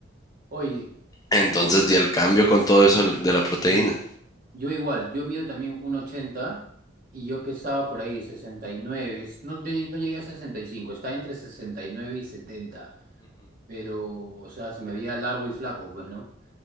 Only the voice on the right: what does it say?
Oye,
yo,
Sí, yo igual, yo mido también uno ochenta y yo pesaba por ahí 69, no, no no llegué a 65. estaba entre sesenta y nueve y setenta. pero, o sea, se me veía largo y flaco, pues, ¿no?